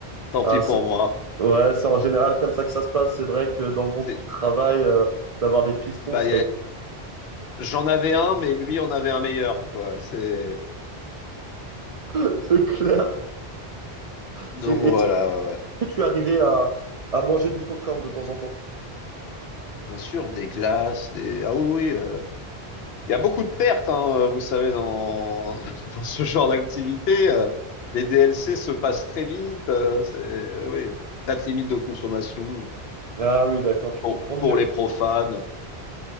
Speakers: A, on the left; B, on the right.
A: Tant
B: Ah,
A: pis pour
B: c'est-
A: moi.
B: ouais, c'est en général comme ça que ça se passe. C'est vrai que dans le monde
A: C'est,
B: du travail, euh, d'avoir des pistons,
A: bah,
B: ça
A: y a-
B: aide.
A: j'en avais un, mais lui en avait un meilleur, quoi. C'est,
B: <laughs> C'est clair.
A: donc
B: C'est- Est-ce
A: voilà, ouais, ouais.
B: que tu arrivais à, à manger du popcorn de temps en temps?
A: Bien sûr, des glaces, des, ah oui, oui, euh, Il y a beaucoup de pertes, hein, euh, vous savez, dans, <laughs> dans ce genre d'activité. euh, Les DLC se passent très vite. euh, C'est, euh, oui, date limite de consommation euh,
B: Ah oui, d'accord, je
A: pour,
B: comprends
A: pour
B: mieux.
A: les profanes.